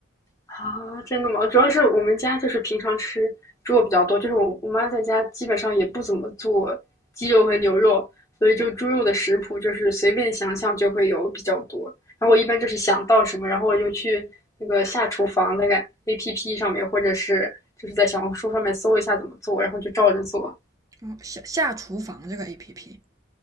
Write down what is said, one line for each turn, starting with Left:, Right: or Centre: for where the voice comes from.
Left: 啊，真的吗？主要是我们家就是平常吃猪肉比较多，就是我我妈在家基本上也不怎么做鸡肉和牛肉，所以就猪肉的食谱就是随便想想就会有比较多。然后我一般就是想到什么，然后我就去那个下厨房那个 APP 上面，或者是就是在小红书上面搜一下怎么做，然后就照着做。
Right: 哦，下下厨房这个 APP，